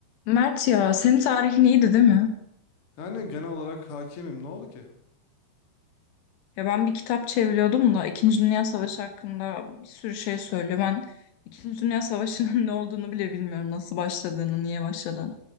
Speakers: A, on the left (about 75°); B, on the left (about 40°).
A: Mert ya senin tarihin iyiydi değil mi?
B: Yani genel olarak hakimim. Ne oldu ki?
A: Ya ben bir kitap çeviriyordum da İkinci Dünya Savaşı hakkında bir sürü şey söylüyor. Ben İkinci Dünya Savaşı'nın <laughs> ne olduğunu bile bilmiyorum. Nasıl başladığını, niye başladığını.